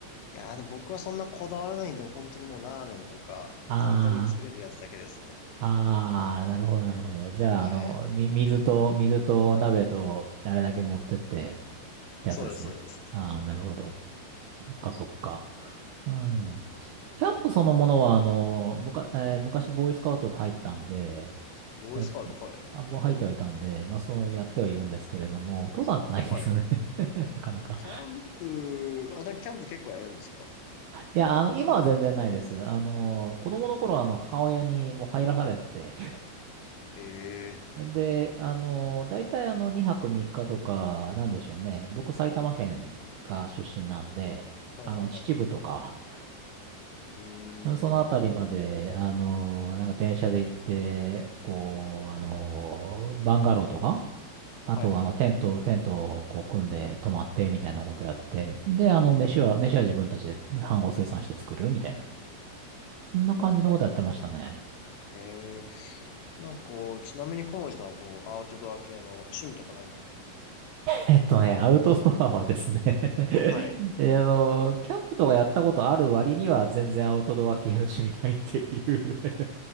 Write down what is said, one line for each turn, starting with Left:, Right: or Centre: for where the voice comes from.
Left: いやーでも僕はそんなこだわらないんで、本当にもうラーメンとか簡単に作れるやつだけですね。
Right: ああ。ああ、なるほど、なるほど。じゃあ、
Left: はい。
Right: あの、み、水と、水と鍋と、あれだけ持ってって、ってやつですね。
Left: そうですそうです。
Right: ああ、なるほど。そっか、そっか。うん。キャンプそのものは、あの、むか、えー昔ボーイスカウト入ったんで、
Left: ボーイスカウト、
Right: や、
Left: はい。
Right: あ、もう入ってはいたんで、まあそうやってはいるんですけれども、登山ってないですよね
Left: はい。
Right: <laughs> なかなか。
Left: キャンプ、あ、だ、キャンプ結構やるんですか
Right: いや、あの、今は全然ないです。あの、子供の頃はあの、母親にもう入らされてて、
Left: ええ
Right: で、あの、大体あの、2泊3日とか、なんでしょうね。僕、埼玉県が出身なんで、
Left: はいはいはい。
Right: あの、秩父とか、<laughs>
Left: うーん。
Right: うんそのあたりまで、あの、なんか電車で行って、こう、あの、バンガローとか、あと、
Left: はいはいはい。
Right: あの、テント、テントをこう、組んで泊まって、みたいなことやって、で、あの、
Left: うん。
Right: 飯は、飯は自分たちで飯盒生産して作る、みたいな。そんな感じのことやってましたね。
Left: ほうほうほうほう。えー、なんかこう、ちなみに小森さんはこう、アウトドア系の趣味とかないんです
Right: えっとね、アウトドアはですね <laughs>
Left: かはい。
Right: えあの、キャンプとかやったことある割には全然アウトドア系の趣味ないっていうね